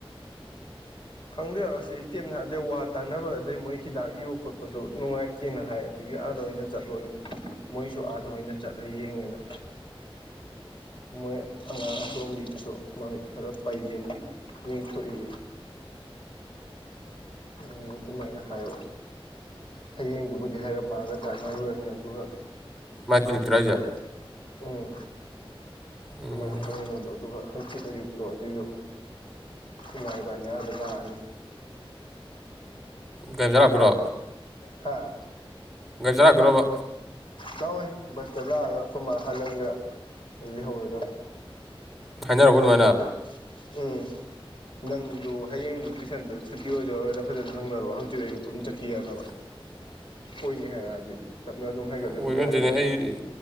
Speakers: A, on the left (about 60°); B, in the centre.
A: ꯈꯪꯖꯔꯛꯑꯁꯨ ꯏꯇꯦ ꯑꯗꯩ ꯋꯥ ꯇꯥꯅꯕ ꯑꯗꯩ ꯃꯣꯏ ꯍꯤꯗꯥꯛ ꯏꯕ ꯈꯣꯠꯄꯁꯨ ꯅꯨꯡꯉꯥꯏ ꯀꯦꯅ ꯍꯥꯏ ꯑꯗꯨꯒꯤ ꯑꯥꯗ ꯑꯣꯏꯅ ꯆꯠꯂꯣꯅ ꯃꯣꯏꯁꯨ ꯑꯥꯗ ꯑꯣꯏꯅ ꯆꯠꯂ ꯌꯦꯡꯉꯦꯅ ꯃꯣꯏ ꯑꯉꯥꯡ ꯑꯆꯣꯝꯕꯤꯗꯨꯁꯨ ꯃꯃꯤꯠ ꯈꯔ ꯄꯩꯌꯦꯅ ꯌꯦꯡꯊꯣꯛꯏ ꯎ ꯑꯗꯨꯃꯥꯏꯅ ꯍꯥꯏꯕ ꯍꯌꯦꯡꯗꯨꯕꯨꯗꯤ ꯍꯥꯏꯔꯞꯃꯒ ꯇꯥꯟꯅꯔꯨꯔꯅꯤ ꯑꯗꯨꯒ
B: ꯃꯥꯏ ꯀ꯭ꯂꯤꯅꯤꯛꯇꯨꯔ
A: ꯍꯪꯁꯤꯨ
B: ꯍꯥꯏꯁꯦ
A: ꯎꯝ
B: ꯎꯝ
A: ꯀꯃꯥꯏꯅ ꯇꯧꯔꯤꯅꯣꯗꯣ ꯑꯗꯨꯒ ꯍꯪꯆꯤꯠ ꯑꯌꯨꯛ ꯇꯣ ꯑꯗꯨꯏꯗꯣ ꯏꯃꯥ ꯏꯕꯥꯅꯤ ꯑꯥꯗ ꯂꯥꯛꯑꯒꯦ
B: ꯒꯥꯔꯤ ꯗꯥ ꯂꯛꯇꯨꯔꯣ
A: ꯍꯥꯥ
B: ꯒꯥꯔꯤ ꯆꯥꯔꯛꯀꯗ꯭ꯔꯣꯕ
A: ꯂꯥꯛꯋꯦ ꯕꯁꯇ ꯂꯥꯛꯑꯒ ꯑꯩꯈꯣꯏꯃ ꯍꯜꯍꯟꯒ ꯑꯩ ꯂꯩꯍꯧꯔꯦ ꯑꯗꯨꯝ
B: ꯍꯥꯏꯅꯔꯔꯕ ꯑꯗꯨꯃꯥꯏꯅ
A: ꯎꯝ ꯅꯪꯗꯨꯣ ꯍꯌꯦꯡꯗꯨ ꯇꯨꯏꯁꯟꯗꯨꯣ ꯁꯨꯤ ꯑꯣꯏꯗꯔꯥ ꯐꯖꯅ ꯍꯪꯅꯔꯣ ꯍꯪꯆꯤ ꯑꯌꯨꯛ ꯄꯨꯝ ꯆꯠꯈꯤ ꯌꯥꯅꯕ
B: <inaudible>
A: ꯑꯣꯏꯅꯤ ꯍꯥꯏꯔꯛꯑꯗꯤ ꯇꯞꯅ ꯑꯗꯨꯝ ꯍꯥꯏꯒꯠꯂꯁꯨ
B: ꯑꯣꯏꯕ
A: ꯌꯥꯔꯦꯅ
B: ꯅꯠꯇꯦꯅꯦ ꯑꯩ